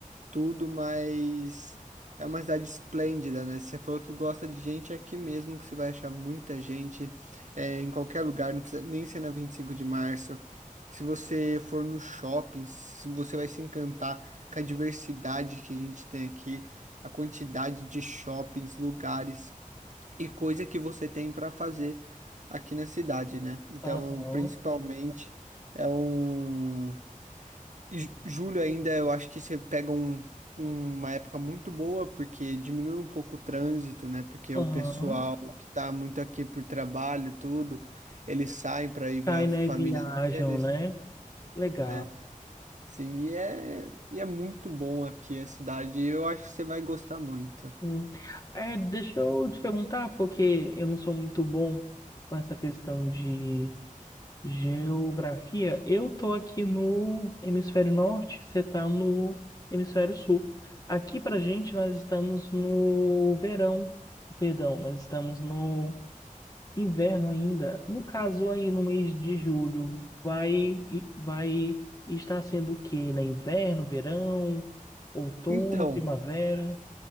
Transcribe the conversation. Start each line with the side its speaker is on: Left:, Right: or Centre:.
Right: tudo, mas é uma cidade esplêndida, né? Se Você falou que gosta de gente, é aqui mesmo que você vai achar muita gente, é, em qualquer lugar, não precisa nem ser na 25 de março. Se você for no shopping, se- você vai se encantar com a diversidade que a gente tem aqui, a quantidade de shoppings, lugares e coisa que você tem para fazer aqui na cidade, né? Então,
Left: Aham,
Right: principalmente, é um. E ju- julho ainda, eu acho que você pega um, uma época muito boa, porque diminui um pouco o trânsito, né? Porque
Left: aham.
Right: o pessoal que tá muito aqui por trabalho, e tudo, eles saem para ir ver
Left: Sai,
Right: a
Left: né?
Right: família
Left: Viajam,
Right: deles,
Left: né? Legal.
Right: né? Sim, e é, e é muito bom aqui a cidade, e eu acho que você vai gostar muito.
Left: Hum. É, deixa eu te perguntar, porque eu não sou muito bom com essa questão de geografia. Eu tô aqui no hemisfério norte, você tá no hemisfério sul. Aqui pra gente, nós estamos no verão. Perdão, nós estamos no Inverno ainda. No caso, aí no mês de julho, vai, vai estar sendo o quê? Né? Inverno, verão, outono,
Right: Então,
Left: primavera?